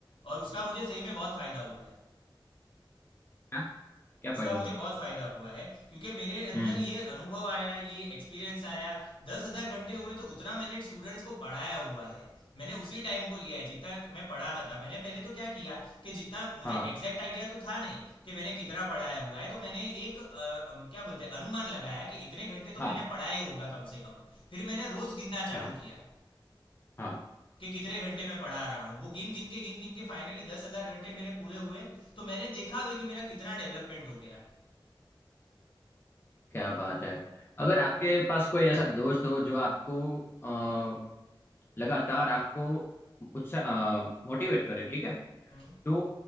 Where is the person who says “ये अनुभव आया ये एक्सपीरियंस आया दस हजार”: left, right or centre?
Left